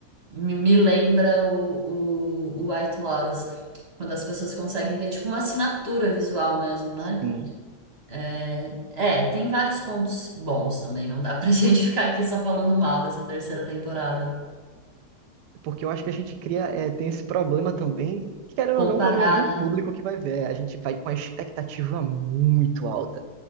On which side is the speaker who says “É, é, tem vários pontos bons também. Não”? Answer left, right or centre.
Right